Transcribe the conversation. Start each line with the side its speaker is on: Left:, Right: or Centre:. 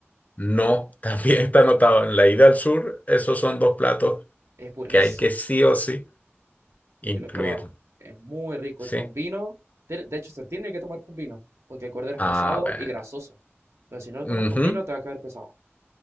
Left: No, <laughs> también está anotado en la ida al sur, esos son dos platos
Right: Es buenísimo.
Left: que hay que sí o sí incluir.
Right: Yo lo he probado. Es muy rico
Left: ¿Sí?
Right: y con vino. tiene- De hecho, se tiene que tomar con vino, porque el cordero es
Left: Ah,
Right: pesado
Left: bueno.
Right: y grasoso. Entonces, si no lo tomas
Left: Ujú,
Right: con vino, te va a caer pesado.